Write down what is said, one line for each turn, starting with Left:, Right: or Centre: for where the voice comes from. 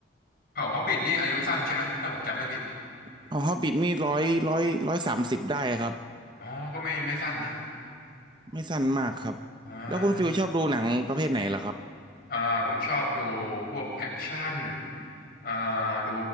Left: เผ่าฮอบบิทนี่อายุสั้นใช่ไหมถ้าผมจำไม่ผิด
Right: เอาฮอบบิทนี่ร้อยร้อยร้อยสามสิบได้ครับ
Left: อ๋อ ก็ไม่ไม่สั้นนะ
Right: ไม่สั้นมากครับ
Left: อ่า
Right: แล้วคุณฟิลชอบดูหนังประเภทไหนเหรอครับ
Left: อ่าผมชอบดูพวกแอคชั่นอ่าดู